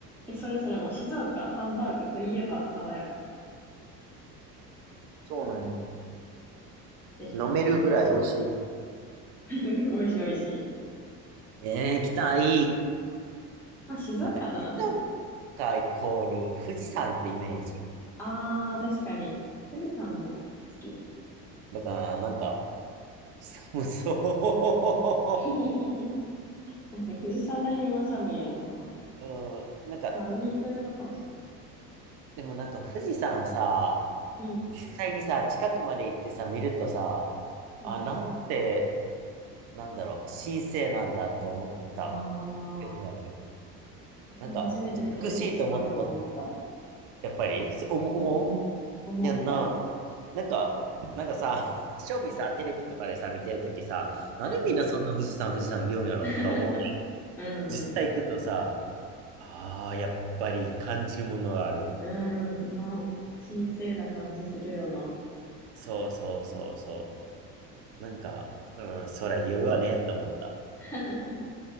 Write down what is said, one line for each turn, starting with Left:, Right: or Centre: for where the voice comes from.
Centre: え、それそれもう静岡ハンバーグといえば爽やかやから。
Right: そうなんよ。
Centre: ぜひ静岡に。
Right: 飲めるぐらい美味しい。
Centre: <laughs> 美味しい美味しい。
Right: えー行きたい。
Centre: まあ静岡ならね。
Right: なんか、静岡イコール富士山ってイメージ。
Centre: ああ、確かに。富士山も好き。
Right: だから、なんか、寒そ
Centre: <laughs> なんか富士山ら辺は寒いやろうな。
Right: う。<laughs> うん、なんか、
Centre: まあ海沿いの方とか。
Right: でもなんか富士山さ、
Centre: うん。
Right: 実際にさ、近くまで行ってさ、見るとさ、
Centre: うん。
Right: あ、なんて、なんだろう、神聖なんだって思った。
Centre: ああ、
Right: よくある。
Centre: 私も初めて見た時すごい思った。
Right: なんか、美しいと思ったこと、やっぱり、そう思思
Centre: うん。思った。
Right: うやんな。なんか、なんかさ、正味さ、テレビとかでさ、見てるときさ、なんでみんなそんな富士山、
Centre: うん。
Right: 富士山言うんやろって思うやん。
Centre: <laughs> うんうん。
Right: 実際行くとさ、ああ、やっぱり感じるものがある。
Centre: うん。な、神聖な感じするよな。
Right: そうそうそうそう。なんか、うん、そら言うわね、と思った。
Centre: <laughs>